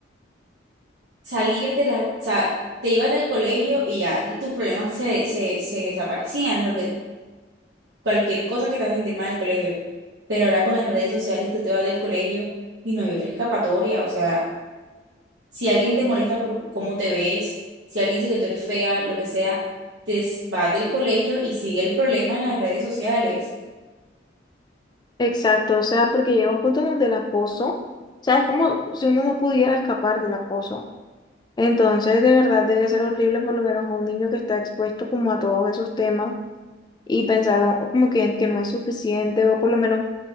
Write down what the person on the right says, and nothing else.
salir de la, o sea, te ibas del colegio y ya tus problemas se, se, se desaparecían, lo que, cualquier cosa que te haga sentir mal en el colegio. Pero ahora con las redes sociales tú te vas del colegio y no hay otra escapatoria, o sea, si alguien te molesta por c- cómo te ves, si alguien dice que tú eres fea, lo que sea, te s- vas del colegio y sigue el problema en las redes sociales.